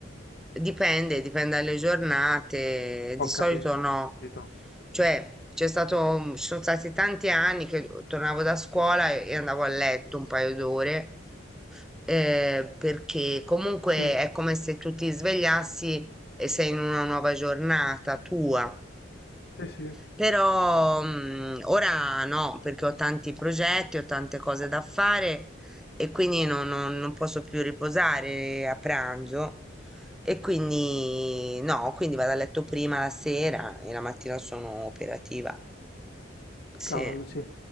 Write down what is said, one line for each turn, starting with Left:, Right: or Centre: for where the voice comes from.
Centre: Dipende, dipende dalle giornate, di
Left: ho
Centre: solito
Left: capito.
Centre: no. Cioè, c'è stato, ci sono stati tanti anni che tornavo da scuola e, e andavo a letto un paio d'ore, eh, perché comunque
Left: Sì,
Centre: è come se tu ti svegliassi e sei in una nuova giornata tua.
Left: sì, sì.
Centre: Però, mm, ora no, perché ho tanti progetti, ho tante cose da fare e quindi non non- non posso più riposare a pranzo. E quindi no, quindi vado a letto prima la sera e la mattina sono operativa. Sì.
Left: Cavolo, sì.